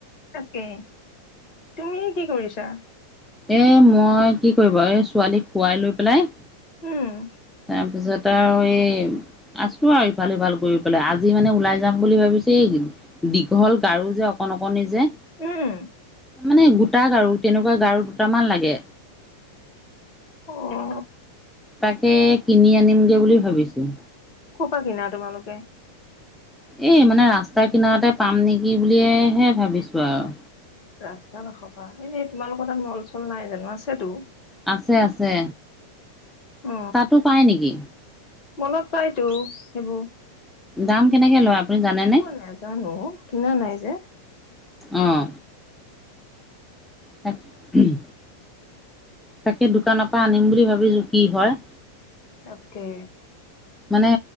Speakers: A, on the left; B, in the centre.
A: তাকে, তুমি কি কৰিছা?
B: এ মই কি কৰিব এই ছোৱালীক খোৱাই লৈ পেলাই
A: উম
B: তাৰপিছত আৰু এই আছোঁ আৰু ইফাল সিফাল কৰি পেলাই, আজি মানে ওলাই যাম বুলি ভাবিছো এই দীঘল গাৰু যে অকণ অকণি যে
A: উম
B: মানে গোটা গাৰু তেনেকুৱা গাৰু দুটামান লাগে
A: অ'
B: তাকে কিনি আনিমগে বুলি ভাবিছোঁ
A: ক'পা কিনা তোমালোকে?
B: এই মানে ৰাস্তা কিনাৰতে পাম নেকি বুলিয়েহে ভাবিছোঁ আও
A: ৰাস্তা কাষপা এনেই তোমালোকৰ তাত মল চল নাই জানো, আছেতো
B: আছে আছে
A: অ
B: তাতো পাই নেকি?
A: মলত পাইতো সেইবো
B: দাম কেনেকে লয় আপুনি জানেনে?
A: নাজানো অ কিনা নাই যে
B: অঁ তাক উম তাকে দোকানৰ পা আনিম বুলি ভাবিছোঁ কি হয়
A: তাকে
B: মানে